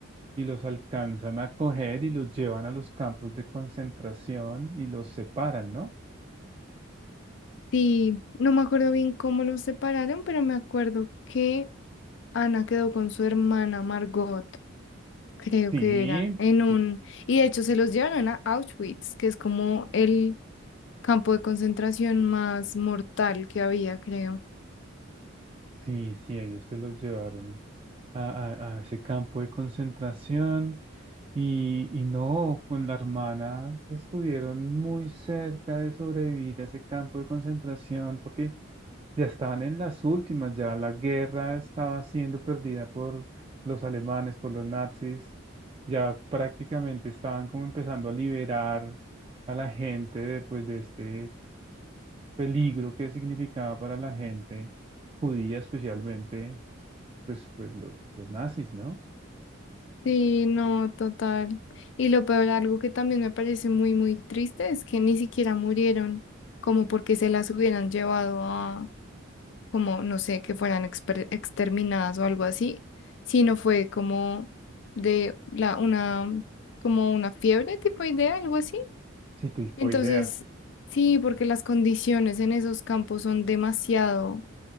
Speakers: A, on the right (about 25°); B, on the left (about 60°).
A: y los alcanzan a coger y los llevan a los campos de concentración y los separan, ¿no?
B: Sí, no me acuerdo bien cómo los separaron, pero me acuerdo que Ana quedó con su hermana Margot, creo
A: Sí,
B: que era, en un...
A: y-
B: Y de hecho se los llevaron a Auschwitz, que es como el campo de concentración más mortal que había, creo.
A: sí, sí, ellos se los llevaron a, a- a ese campo de concentración y, y no, con la hermana estuvieron muy cerca de sobrevivir a ese campo de concentración porque Ya estaban en las últimas, ya la guerra estaba siendo perdida por los alemanes, por los nazis, ya prácticamente estaban como empezando a liberar a la gente de, pues, de este peligro que significaba para la gente judía, especialmente pues, pues los, los nazis, ¿no?
B: Sí, no, total. Y lo peor, algo que también me parece muy, muy triste es que ni siquiera murieron, como porque se las hubieran llevado a, como, no sé, que fueran exper- exterminadas o algo así, sino fue como de la, una, como una fiebre tipo idea, algo así.
A: Sí,
B: Entonces,
A: idea.
B: sí, porque las condiciones en esos campos son demasiado